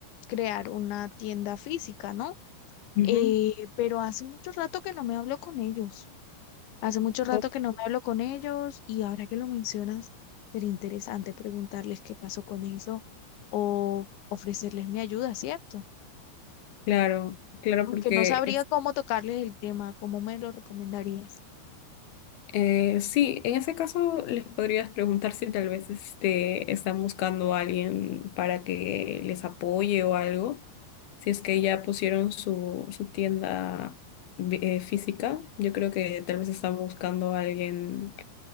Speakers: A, on the left (about 80°); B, on the left (about 65°).
A: crear una tienda física, ¿no?
B: ujú.
A: Eh, pero hace mucho rato que no me hablo con ellos. Hace mucho rato
B: Oh,
A: que no me hablo con ellos y ahora que lo mencionas, sería interesante preguntarles qué pasó con eso o ofrecerles mi ayuda, ¿cierto?
B: claro, claro,
A: Aunque
B: porque
A: no sabría
B: es-
A: cómo tocarles el tema, ¿cómo me lo recomendarías?
B: eh, sí, en ese caso les podrías preguntar si tal vez este, están buscando a alguien para que les apoye o algo. Si es que ya pusieron su, su tienda vi- eh, física, yo creo que tal vez están buscando a alguien,